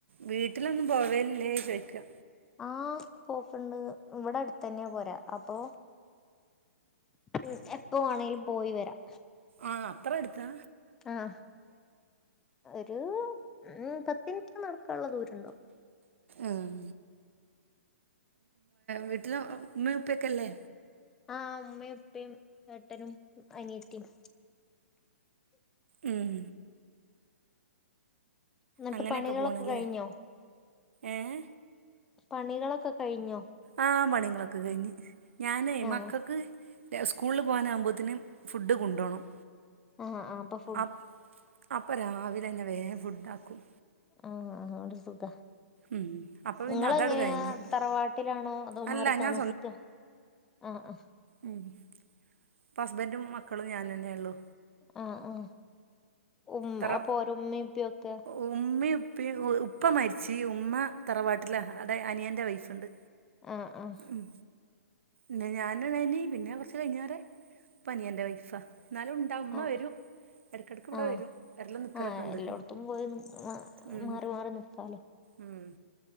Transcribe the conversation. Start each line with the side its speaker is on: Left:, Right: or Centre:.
Right: വീട്ടിലൊന്നും പോവല്ലേ ചോദിക്കുക
Centre: ആഹ പോക്ണ്ട് ഇവിടെ അടുത്ത തന്നെയാ പോരാ അപ്പൊ ഉ എപ്പോ വാണെങ്കിലും പോയി വരാം.
Right: ആ അത്ര ഏടുത്താ?
Centre: ആഹ്. ഒരു ഉ പത്തിൻറ്റ് നടക്കാനുള്ള ദൂരണ്ടാവും.
Right: ഉം വീട്ടില് ഉമ്മി ഉപ്പിയൊക്കില്ലേ
Centre: ആഹ് ഉമ്മയും ഉപ്പയും ഏട്ടനും അനിയത്തിയും
Right: ഉം
Centre: എന്നിട്ട്
Right: അങ്ങനെയൊക്കെ
Centre: പണികളൊക്കെ
Right: പോണ്ല്ലേ
Centre: കഴിഞ്ഞോ
Right: ഏഹ്
Centre: പണികളൊക്കെ കഴിഞ്ഞോ?
Right: ആ പണിങ്ങളൊക്കെ കഴിഞ്ഞ് ഞാന്
Centre: ആഹ്
Right: മക്കക്ക് സ്കൂളിൽ പോകാനാവുമ്പോത്തിന് ഫുഡ് കൊണ്ടോണം
Centre: ആഹ് ആഹ് പഫ്
Right: അ അപ്പോ രാവിലെന്നെ വേം ഫുഡ് ആക്കും
Centre: ആഹ്, ആഹ് ഓര് സുഖ.
Right: ഉം അപ്പം പിന്നെ
Centre: ഇങ്ങള്
Right: അതട്
Centre: എങ്ങനെയാ
Right: കഴിഞ്ഞ്
Centre: തറവാട്ടിലാണോ അതോ
Right: അല്ല
Centre: മാറി
Right: ഞാൻ
Centre: താമസിക്ക ആഹ് ആഹ്
Right: ഉം. ഇപ്പ ഹസ്ബന്റും, മക്കളും ഞാനെന്നെള്ളു.
Centre: ആഹ ആ ഉ
Right: തറ
Centre: അപ്പൊ ഓരമ്മപ്പ്യൊക്കെ
Right: ഉമ്മയും ഉപ്പയും ഉപ്പ മരിച്ച് ഉമ്മ തറവാട്ടിലാ അത അനിയൻ്റെ വൈഫുണ്ട്
Centre: ആഹ് ആഹ്
Right: ഉം. ന്നെ ഞാൻണ്ണേയ് നി പിന്നെ കുറച്ച് കഴിഞ്ഞേറെ, പ്പനിയൻറെ വൈഫാ. ന്നാലും ഉ എ അമ്മ
Centre: ആഹ്
Right: വരും. എടക്കിടക്ക് ഇവിടെ
Centre: ആഹ്
Right: വരും വരലും നിക്കലൊക്കെ
Centre: ആഹ്
Right: ഉണ്ട്
Centre: എല്ലോടത്തും പോയി മാ
Right: ഉം
Centre: മാറി മാറി നിക്കാലോ
Right: ഉം.